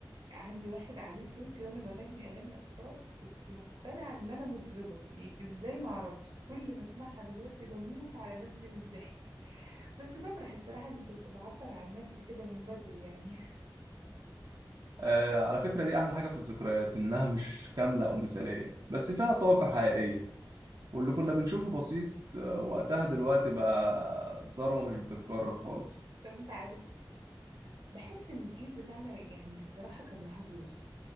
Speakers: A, on the right (about 70°); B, on the right (about 55°).
A: عندي واحد عليه صوتي وأنا بغني أغاني أطفال كنت مقتنعة إن أنا مطربة إزاي معرفش كل ما أسمعها دلوقتي بموت على نفسي من الضحك بس بفرح الصراحة إني كنت بعبر عن نفسي كده من بدري يعني
B: آه على فكرة دي أحلى حاجة في الذكريات إنها مش كاملة أو مثالية بس فيها طاقة حقيقية واللي كنا بنشوفه بسيط آه، وقتها دلوقتي بقى ثروة مش بتتكرر خالص
A: <laughs> طب أنت عارف بحس إن الجيل بتاعنا يعني الصراحة كان محظوظ